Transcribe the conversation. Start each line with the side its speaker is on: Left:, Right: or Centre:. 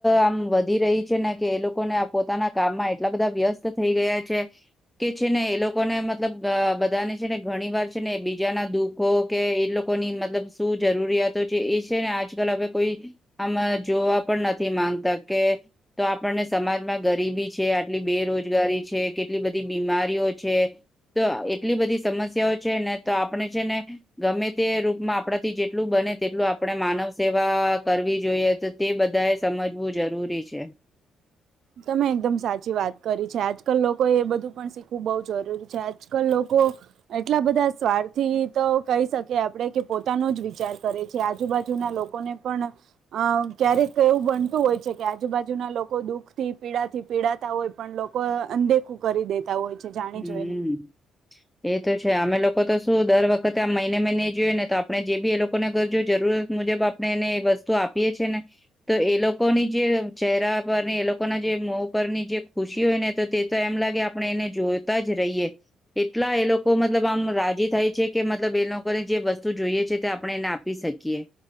Centre: આમ વધી રહી છે ને કે એ લોકોને આ પોતાના કામમાં એટલા બધા વ્યસ્ત થઈ ગયા છે, કે છે ને એ લોકોને મતલબ બધાને છે ને ઘણી વાર છે ને બીજા ના દુઃખ હો કે લોકોની મતલબ શું જરૂરિયાતો છે એ છે ને આજકાલ હવે કોઈ, આમાં જોવા પણ નથી માંગતા કે, તો આપણને સમાજમાં ગરીબી છે. કે આટલી બેરોજગારી છે. કેટલી બધી બીમારીઓ છે તો એટલી બધી સમસ્યાઓ છે ને તો આપણે છે ને ગમે તે રૂપમાં આપડાથી જેટલું બને તેટલું આપણે માનવ સેવા કરવી જોઈએ તો તે બધા એ સમજવું જરૂરી છે
Right: તમે એકદમ સાચી વાત કરી છે, આજકાલ લોકો એ બધું પણ શીખવું બહુ જરૂરી છે, આજકાલ લોકો એટલા બધા સ્વાર્થી તો કહી શકે આપણેે કે પોતાનો જ વિચાર કરે છે આજુબાજુના લોકોને પણ અ ક્યારેક એવું બનતું હોય છે કે આજુબાજુના લોકો દુઃખ થી પીડા થી પીડાતા હોય પણ લોકો અનદેખું કરી દેતા હોય છે જાણી
Centre: હું,
Right: જોઈને
Centre: એ તો છે અમે લોકો તો શું દર વખતે આવખત, મહિને, મહિને જોઈએ ને તો આ અને જે બી એ લોકોને અગરજો જરૂર મુજબ બાપ એને એ વસ્તુ આપીએ છે ને તો એ લોકોની જે ચહેરા પર ની એ લોકોના જે મો પરની જે ખુશી હોય ને તો તે એમ લાગે આપણે એને જોય તા જ રહીએ, એટલા એ લોકો મતલબ આમ રાજી થાય છે કે મતલબ એ લોકોને જે વસ્તુ જોઈએ છે તે આપણે એને આપી શકીએ